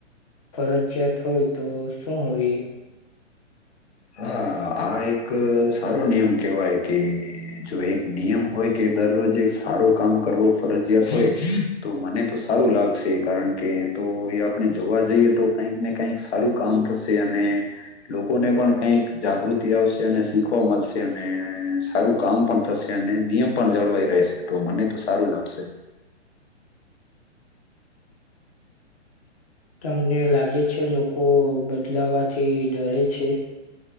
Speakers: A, on the left; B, on the left.
A: ફરજિયાત હોય તો શું હોય?
B: હા આ એક અહ સારો નિયમ કેહેવાય કે જો એક નિયમ હોય કે દરરોજ એક સારો કામ કરવો ફરજિયાત હોય તો મને તો સારું લાગશે કારણ કે તો એ આપણે જોવા જઈએ તો કઈક ને કઈક સારું કામ થશે અને લોકોને પણ કઈક જાગૃતિ આવશે અને શીખવા મલશે ને સારું કામ પણ થશે અને નિયમ પણ જળવાય રહેશે તો મને તો સારું લાગશે.
A: તમને લાગે છે લોકો બદલાવાથી ડરે છે?